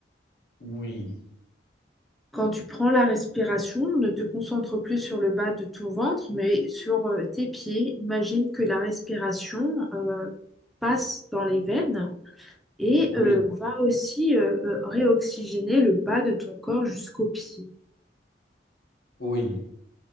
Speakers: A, on the left; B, in the centre.
A: oui,
B: Quand tu prends la respiration, ne te concentre plus sur le bas de ton ventre, mais sur euh, tes pieds. Imagine que la respiration euh, passe dans les veines et
A: oui,
B: euh, va aussi euh, euh, réoxygéner le bas de ton corps jusqu'aux pieds.
A: oui,